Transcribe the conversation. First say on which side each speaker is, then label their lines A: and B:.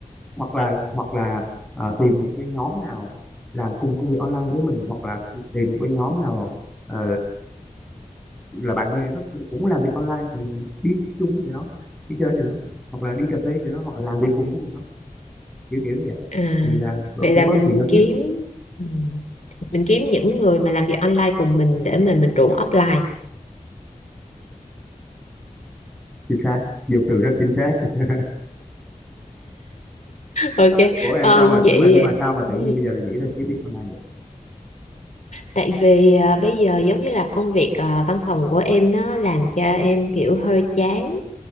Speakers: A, in the centre; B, on the left.
A: hoặc là hoặc là ờ, tìm một cái nhóm nào làm cùng công việc online với mình hoặc là tìm một cái nhóm nào ờ, là bạn bè đó cũng làm việc online thì mình đi chung với tụi nó đi chơi với tụi nó hoặc là đi cà phê với tụi nó hoặc là làm việc cùng với tụi nó kiểu kiểu như vậy
B: À,
A: thì là vẫn
B: vậy là
A: sẽ có
B: mình
A: sự giao
B: kiếm
A: tiếp
B: ừ, mình kiếm những người mà làm việc online cùng mình để mà mình rủ offline.
A: chính xác dùng từ rất chính xác <laughs>
B: Ok,
A: ủa em
B: um,
A: sao mà nhưng
B: vậy
A: mà nhưng mà sao mà tự
B: ừ.
A: nhiên bây giờ lại nghĩ là kiếm việc online vậy
B: tại vì à, bây giờ giống như là công việc à, văn phòng của em nó làm cho em kiểu hơi chán